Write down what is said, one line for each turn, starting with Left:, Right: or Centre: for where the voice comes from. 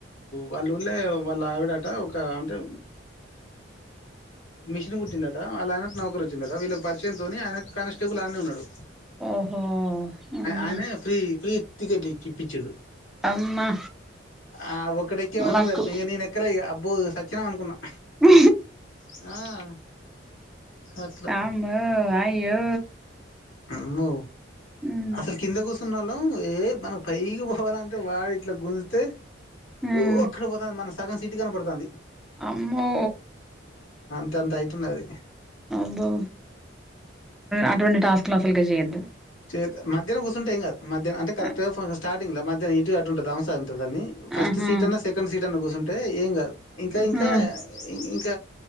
Left: వాళ్ళు ఉళ్ళే వాళ్ళ ఆవిడట ఒక అంటే మిషన్ కుట్టిందట అలాయన నౌకరు వచ్చిందట వీళ్ళకి పరిచయంతోో ఆయన కానిస్టేబుల్ అన్నే ఉన్నాడు
Centre: ఓహో అమ్మా
Left: ఆయనే ఫ్రీ ఫ్రీ టికెట్ చిిప్పిించుడు
Centre: అమ్మా
Left: ఆ ఒక్కడెక్కే వరకు
Centre: లక్కు
Left: సరిపో నేన్ ఎక్కలే ఇగ అబ్బో సచ్చినం అనుకున్నాం
Centre: ఆ
Left: ఆ అట్లా
Centre: వామ్మో అయ్యో
Left: అమ్మో
Centre: ఉమ్
Left: అసలు కింద కూర్చున్న వాళ్ళం ఏ మనం పైకి పోవాలంటే వాడు ఇట్లా గుంజితే
Centre: ఉమ్
Left: ఓ అక్కడపోతంది మనం సగం సిటీ కనపడుతుంది
Centre: అమ్మో
Left: అంతాయేతున్నది ఉన్నది
Centre: అబ్బో అటువంటి టాస్క్లు ఫుల్ గా చెయ్యద్దు
Left: చేద్దాం మధ్యలో కూర్చంటే ఎం కాదు మధ్య కరెక్ట్
Centre: ఆ
Left: గా స్టార్ట్ మధ్య ఇటు అటూ ఉంటది అని ఫస్ట్
Centre: ఆహా
Left: సీట్ అ సెకండ్ సీట్ అ కూర్చుమ్ అంటే ఏం కాదు ఇంకా
Centre: ఉహు
Left: ఇంకా అ ఇంక్ ఇంత